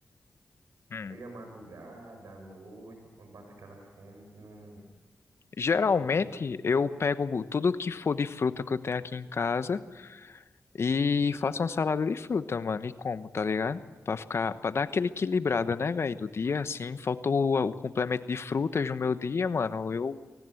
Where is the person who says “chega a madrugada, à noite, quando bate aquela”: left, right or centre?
Right